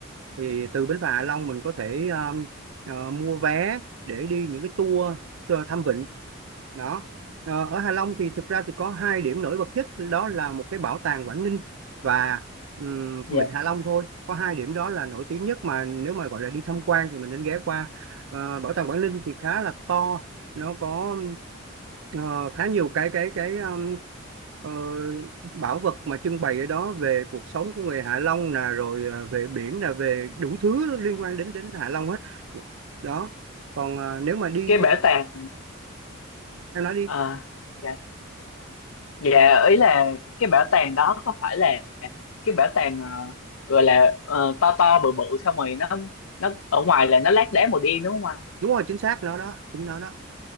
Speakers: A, on the right (about 70°); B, on the left (about 75°).
A: thì từ bến phà Hạ Long mình có thể um, ờ, mua vé để đi những cái tour cho thăm vịnh đó Ờ, ở Hạ Long thì thực ra thì có hai điểm nổi bật nhất đó là một cái bảo tàng Quảng Ninh và um,
B: dạ.
A: Vịnh Hạ Long thôi có hai điểm đó là nổi tiếng nhất mà nếu mà gọi là đi tham quan thì mình nên ghé qua Ờ, bảo tàng Quảng Ninh thì khá là to nó có ờ, khá nhiều cái cái cái um, ờ, bảo vật mà trưng bày ở đó về cuộc sống của người Hạ Long nè rồi ờ, về biển nè về đủ thứ liên quan đến đến Hạ Long hết đó còn ờ, nếu mà đi
B: Cái bảo tàng
A: em nói đi
B: ờ, dạ. Dạ ý là cái bảo tàng đó có phải là cái bảo tàng ờ, gọi là ờ, to to bự bự xong rồi nó nó ở ngoài là nó lát đá màu đen đúng không anh?
A: đúng rồi chính xác nó đó chính nó đó